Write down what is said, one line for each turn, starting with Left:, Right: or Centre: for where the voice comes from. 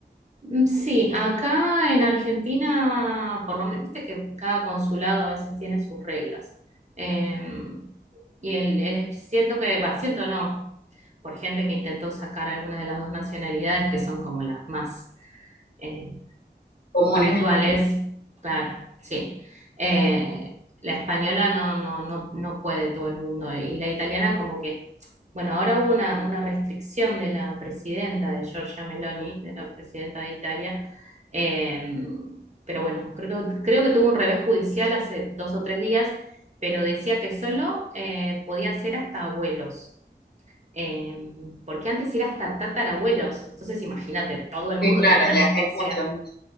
Right: Mm, Sí, acá en Argentina, por lo menos, viste que cada consulado a veces tiene sus reglas. Eh, y el, el- siento que, va, siento no, por gente que intentó sacar alguna de las dos nacionalidades que son como las más, eh,
Left: comunes
Right: habituales,
Left: allá.
Right: claro, sí. Eh, la española no, no, no, no puede todo el mundo y la italiana como que, bueno, ahora hubo una, una restricción de la presidenta de Giorgia Meloni, de la presidenta de Italia, eh, pero bueno, creo, creo que tuvo un revés judicial hace dos o tres días, pero decía que solo eh, podía ser hasta abuelos. eh, porque antes era hasta tatarabuelos, entonces imagínate, todo el
Left: Sí,
Right: mundo
Left: claro,
Right: tenía
Left: ya es
Right: que sea.
Left: mucho, es mucho.